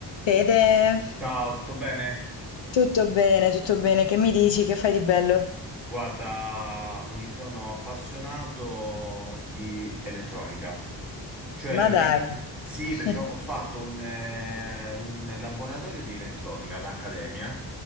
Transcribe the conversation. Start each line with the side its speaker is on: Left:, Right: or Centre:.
Left: Fede,
Centre: Ciao, tutto bene?
Left: tutto bene, tutto bene. Che mi dici? Che fai di bello?
Centre: Guarda, mi sono appassionato di elettronica. Cioè,
Left: Ma
Centre: pratic-
Left: dai.
Centre: sì,
Left: <laughs>
Centre: perché ho ho fatto un, eh, un laboratorio di elettronica all'Accademia